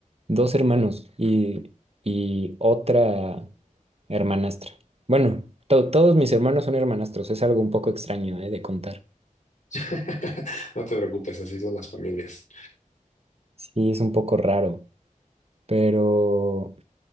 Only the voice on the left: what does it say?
<laughs> No te preocupes, así son las familias.